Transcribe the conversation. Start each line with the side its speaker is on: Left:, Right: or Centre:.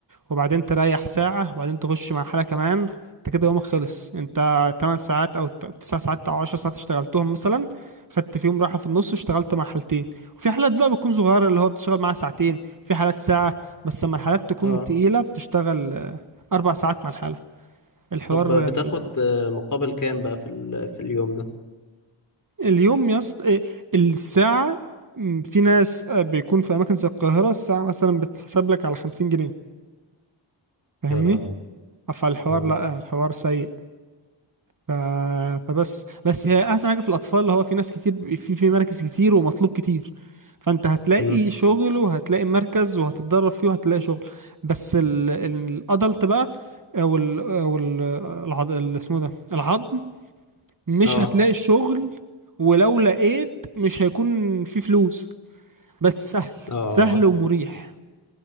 Right: وبعدين تريح ساعه وبعدين تخش مع حاله كمان انت كده يومك خلص انت 8 ساعات او 9 ساعات او 10 ساعات اشتغلتهم مثلا خدت فيهم راحه في النص اشتغلت مع حالتين وفي حالات بقى بتكون صغيره اللي هو بتشتغل معاها ساعتين في حالات ساعه بس لما الحالات تكون
Left: اه
Right: تقيله بتشتغل آه، اربع ساعات مع الحاله الحوار
Left: طب
Right: يعني
Left: بتاخد آه، مقابل كام بقى في ال... في اليوم ده
Right: اليوم يا اسطى إيه، الساعة م، في ناس آه، بيكون في أماكن زي القاهرة الساعة مثلا بتتحسب لك على خمسين جنيه فاهمني؟
Left: يا لهوي
Right: فالحوار
Left: اه
Right: لأ الحوار سيء ف... فبس بس هي أحسن حاجة في الأطفال هو في ناس كتير ب- في في مراكز كتير ومطلوب كتير فأنت هتلاقي
Left: امم
Right: شغل وهتلاقي مركز وهتتدرب فيه وهتلاقي شغل بس ال... الأدلت بقى أو ال... أو ال... العض... ال- اسمه إيه ده العظم مش
Left: اه
Right: هتلاقي الشغل ولو لقيت مش هيكون في فلوس بس سهل
Left: اه
Right: سهل ومريح